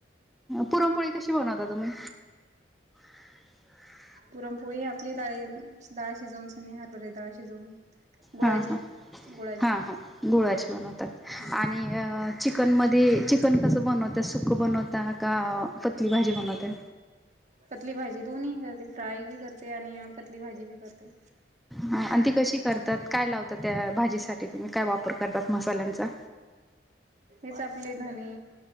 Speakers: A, in the centre; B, on the right.
A: पुरमपोळी कशी, बनवता तुम्ही? <inaudible>
B: पुरमपोळी, आपली दाळी, दाळ शिजवूनसनी. हरभऱ्याची दाळ शिजवून. गुळाची
A: हां, हा.
B: गुळाची
A: हा, ह. गुळाची बनवतात.
B: हम्म
A: आणि अ चिकनमधी, चिकन कसं बनवता? सुकं बनवता, का पतली भाजी बनवताय?
B: पतली भाजी. दोनीही करते. फ्राय बी करते आणि पतली भाजी बी करते.
A: हा. अन्, ती कशी करतात? काय लावतात? त्या भाजीसाठी तुम्ही, काय वापर करतात? मसाल्यांचा.
B: हेच आपले, धनी